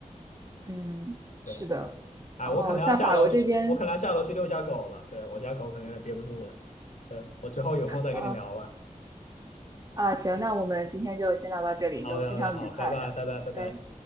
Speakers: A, on the right; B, on the left.
A: 嗯，
B: 对，
A: 是的。
B: 哎，
A: 然后像法国这边，
B: 我可能要下楼去，我可能要下楼去遛下狗了。对，我家狗可能有点憋不住了。对，我之后有空再跟你聊吧。
A: 啊啊，行，那我们今天就先聊到这里，
B: OK
A: 就非常愉快的，
B: OK，好，拜拜拜拜拜拜。
A: 对。